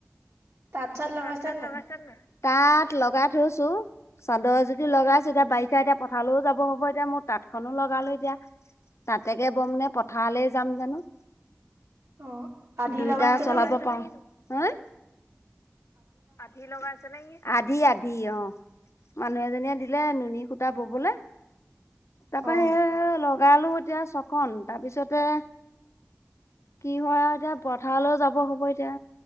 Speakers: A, on the right; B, on the left.
A: তাঁত লগাইছে
B: তাত চাত
A: নাই?
B: লগাইছ নাই। তাত লগাই থৈছোঁ। চাদৰ এযুতি লগাইছো। এতিয়া বাৰিষা এতিয়া পথাৰলৈও যাব হ'ব এতিয়া মোৰ তাঁতখনো লগালো এতিয়া, তাতেকে বম নে পথাৰলৈ যাম জানোঁ।
A: অ' আধি
B: দুইটা
A: লগাইছে নে
B: চলাব
A: কিনো?
B: পাৰো হাঁ আধি লগাইছে নেকি আধি আধি অ' মানুহ এজনীয়ে দিলে ননী সূতা ববলৈ- তাৰপা
A: অ'
B: সেই লগালো এতিয়া ছখন তাৰপিছতে- কি হয় আৰু এতিয়া পথাৰলৈও যাব হ'ব এতিয়া